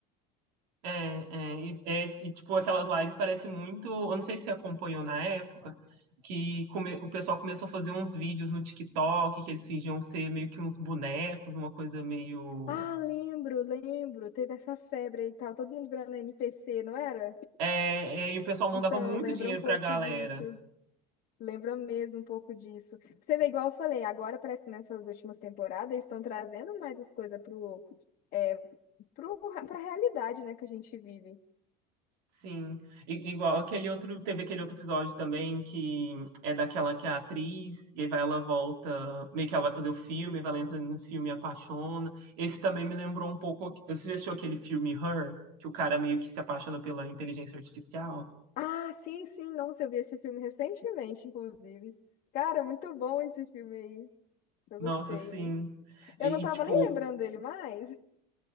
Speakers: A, on the right; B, on the left.
A: É, é, e, é, e, tipo, aquelas lives parece muito. Eu não sei se você acompanhou na época, que come- o pessoal começou a fazer uns vídeos no TikTok, que eles fingiam ser meio que uns bonecos, uma coisa meio.
B: Ah, lembro, lembro. Teve essa febre aí e tal. Todo mundo virando NPC, não era?
A: É, é, e o pessoal mandava
B: Então,
A: muito
B: lembra
A: dinheiro
B: um pouco
A: pra galera.
B: disso. Lembra mesmo um pouco disso. Você vê, igual eu falei, agora parece que nessas últimas temporadas eles estão trazendo mais as coisas pro, é, pro, pra realidade, né, que a gente vive.
A: Sim, I- igual aquele outro, teve aquele outro episódio também que é daquela que é a atriz, e aí vai, ela volta, meio que ela vai fazer o filme, vai ela entra no filme e apaixona. Esse também me lembrou um pouco, você já assistiu aquele filme Her, que o cara meio que se apaixona pela inteligência artificial?
B: Ah, sim, sim, nossa, eu vi esse filme recentemente, inclusive. Cara, muito bom esse filme aí. Eu
A: Nossa,
B: gostei,
A: sim.
B: hein?
A: E,
B: Eu não tava
A: e, tipo,
B: nem lembrando dele mais.